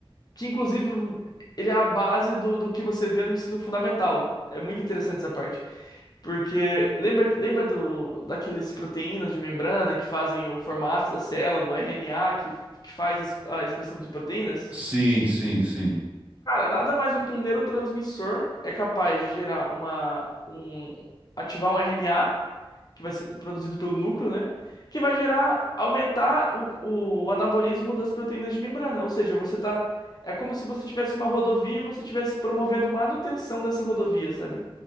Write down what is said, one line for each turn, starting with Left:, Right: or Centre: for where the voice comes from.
Left: que inclusive ele é a base do, do que você vê no ensino fundamental. É muito interessante essa parte. Porque lembra, lembra do, daqueles proteínas de membrana que fazem o formato da célula, do RNA, que, que faz as- a expressão de proteínas?
Right: Sim, sim, sim.
Left: Cara, nada mais do que um neurotransmissor é capaz de gerar uma, um, ativar um RNA que vai ser produzido pelo núcleo, né? Que vai gerar, aumentar o, o anabolismo das proteínas de membrana. Ou seja, você tá. É como se você tivesse uma rodovia e você estivesse promovendo manutenção dessa rodovia, sabe?